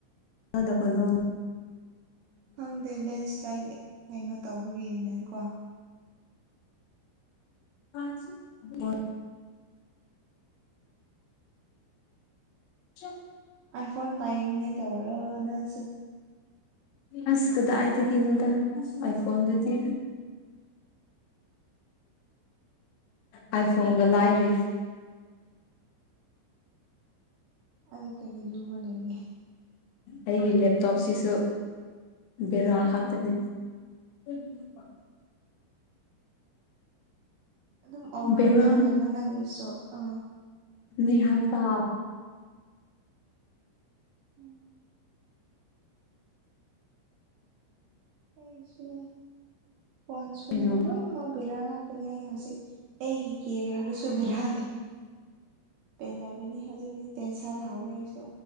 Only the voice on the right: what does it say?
ꯈꯪꯗꯦ ꯂꯦꯟꯁ꯭ꯂꯥꯏꯠ ꯀꯩꯅꯣ ꯇꯧꯕꯒꯤꯅꯦ ꯀꯣ
ꯑꯥꯏ ꯐꯣꯟ ꯄꯥꯏꯉꯦ ꯇꯧꯔꯅꯁꯨ
ꯑꯗ ꯀꯦꯅꯤ ꯂꯨꯕꯂꯅꯦ
ꯑꯗꯨꯝ ꯑꯣꯚꯔ
ꯀꯩꯅꯣ ꯅꯪꯒꯤꯁꯨ ꯑ
ꯎꯝ ꯑꯩꯒꯤꯁꯨꯅꯦ ꯐꯣꯟ ꯁꯨꯅꯦ
ꯂꯣꯏꯅꯃꯛ ꯕꯤꯔꯥꯡ ꯉꯥꯛꯇꯅꯦ ꯑꯩ ꯍꯧꯖꯤꯛ ꯑꯩꯒꯤ ꯀꯦꯔꯤꯌꯔꯗꯁꯨ ꯕꯤꯔꯥꯡ ꯄꯦꯜꯂꯕꯅꯤ ꯍꯧꯖꯤꯛꯇꯤ ꯇꯦꯟꯁꯟ ꯍꯧꯔꯦ ꯑꯩꯁꯨ